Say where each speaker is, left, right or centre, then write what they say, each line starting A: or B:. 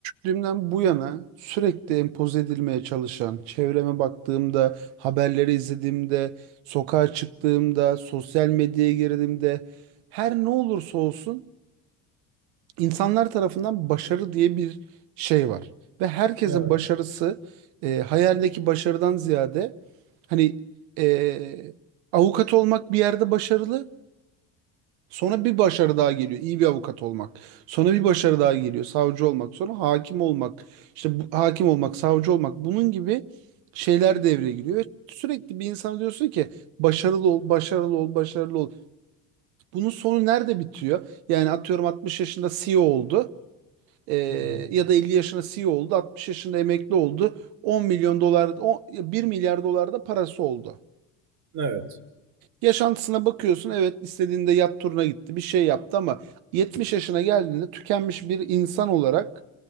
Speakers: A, on the right; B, on the right.
A: Dünden bu yana sürekli empoze edilmeye çalışan, çevreme baktığımda, haberleri izlediğimde, sokağa çıktığımda, sosyal medyaya girdiğimde her ne olursa olsun insanlar tarafından başarı diye bir şey var. Ve herkesin
B: Evet.
A: başarısı e, hayaldeki başarıdan ziyade hani e, avukat olmak bir yerde başarılı Sonra bir başarı daha geliyor. iyi bir avukat olmak. Sonra bir başarı daha geliyor. Savcı olmak. Sonra hakim olmak. İşte bu, hakim olmak, savcı olmak. Bunun gibi şeyler devreye giriyor. Ve sürekli bir insana diyorsun ki başarılı ol, başarılı ol, başarılı ol. Bunun sonu nerede bitiyor? Yani atıyorum 60 yaşında CEO oldu. Ee,
B: Hı hı.
A: ya da 50 yaşında CEO oldu. 60 yaşında emekli oldu. 10 milyon dolar, on- 1 milyar dolar da parası oldu.
B: Evet.
A: Yaşantısına bakıyorsun evet istediğinde yat turuna gitti bir şey yaptı ama 70 yaşına geldiğinde tükenmiş bir insan olarak